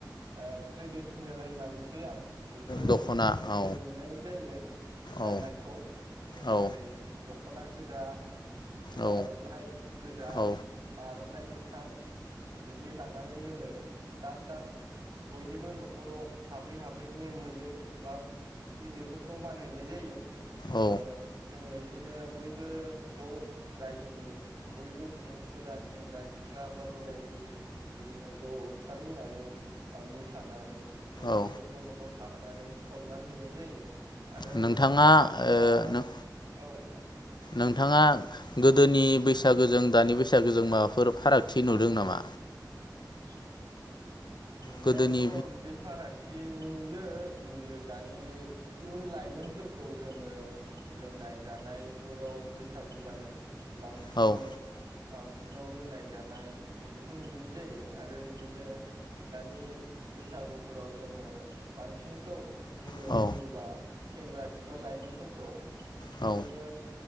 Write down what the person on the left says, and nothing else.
दख'ना
औ
औ
औ
औ
औ
औ
औ
नोंथाङा
ओ नों
नोंथाङा गोदोनि बैसागोजों दानि बैसागोजों माबाफोर फारागथि नुदों नामा
गोदोनि
औ
औ
औ